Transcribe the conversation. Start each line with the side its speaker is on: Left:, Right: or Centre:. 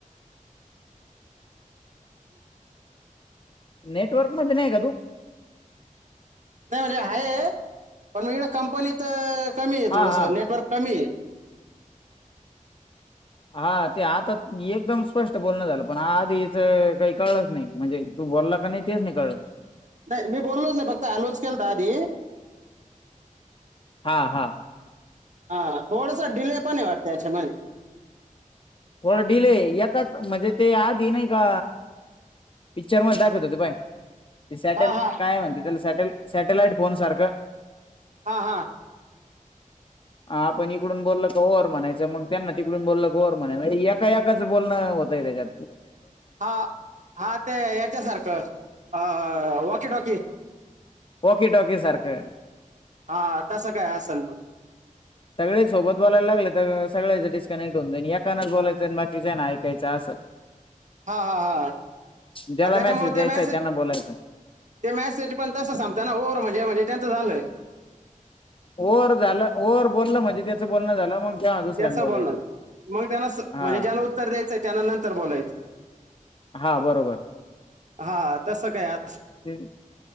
Left: नेटवर्क मच नाहीय का तू
Right: म्हण आहे पण कंपनी कमी आहे
Left: हा
Right: थडसं
Left: हा
Right: नेटवर्क कमी आहे.
Left: हा ते आता एकदम स्पष्ट बोलणं झालं पण आधीच काही कळलंच नाही म्हणजे तू बोलला का नाही तेच नाही कळलं.
Right: नाही मी बोललोच नाही फक्त हॅलो केल द आधी..
Left: हा हा
Right: हा थोडस डिले पण वाटत याच्या मधी..
Left: थोड डिले याकाच म्हणजे ते आधी नाही का पिक्चर मध्ये दाखवत होते प ते सॅटेल
Right: हा हा
Left: कायय म्हणते त्याला सॅटेल... सॅटेलाईट फोन सारखं..
Right: हा हा
Left: हा आपण इकडून बोललं क ओव्हवर म्हणायचं मग त्यांना तिकडून बोललं क ओव्हर... एच बत त्याच्या..
Right: हा हा ते याच्या सारखं अ.. ह वॉकी टॉकी
Left: ओकेट ओके सारखं
Right: हा तसं काय असेल म..
Left: सगळे सोबत बोलायला लागले तर.. सगच डस्कनेक्ट हो एकानाच बोलायचं बाकीच्या ना ऐकायचं असं..
Right: हा.. ह..
Left: ज्याला
Right: हा.. त्याच्यामुळे
Left: मेसेज द्यायचाय
Right: ते मॅसेज
Left: त्यांना बोलायचा.
Right: ते मॅसेज पण तस सांगत ना ओर म्हणजे म्हणजे त्यांचं झालंय..
Left: ओव्हर झालं ओव्हर बोललं म्हणजे त्याचं बोलणं झालं मग.. तेव्हा दुसऱ्यान
Right: ते असं त्या
Left: बोलायचं.
Right: बोलणार मग त्यांना
Left: हा
Right: म्हणजे ज्यांना उत्तर द्यायचं त्याना नंतर बोलायचं
Left: हा बरोबर
Right: हा. तसं काय असं
Left: हम्